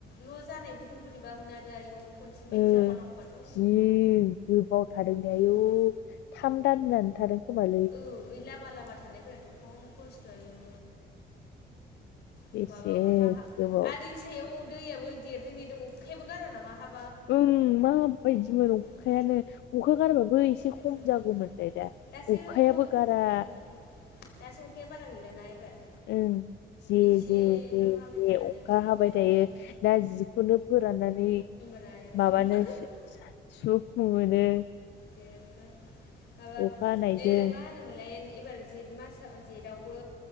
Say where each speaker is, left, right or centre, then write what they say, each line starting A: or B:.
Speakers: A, on the left; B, on the left.
A: ल' जानायफोरखौनो बोरैबा मोनो आरो आयौ खनसेनि बायदि
B: ओ
A: जाबावनांगौबाथ'
B: जि गोबाव थादोंदे आयु
A: उम
B: थाम दानानो थादों खोमालै
A: औ ओइ लामा लामा थानायफोराथ' खम खस्थ' आयु
B: बेसे
A: अ माबा अखा हा
B: गोबाव
A: आरो बेनि सायाव दैयाबो देरदों देरदों अखायाबो गारा नामा हाब
B: ओं माबायदिमोन अखायानो
A: उम
B: अखा गारबाबो एसे
A: ओंखायनोथ'
B: खम जागौमोनलाय दा
A: दासो
B: अखायाबो
A: अखा
B: गारा
A: ओं दासो अखाया बारा गैलाना एबार
B: ओं जे
A: एसेल'
B: जे जे
A: हाबाय
B: जे
A: थानानै
B: अखा हाबाय थायो
A: ओं
B: दा जिखौनो फोराननानै
A: <unintelligible>
B: माबानो <unintelligible>
A: जेबो माबा
B: अखा हानायजों
A: ए मा होन होनो मोनलाय एबार जेथ मास जेथावबो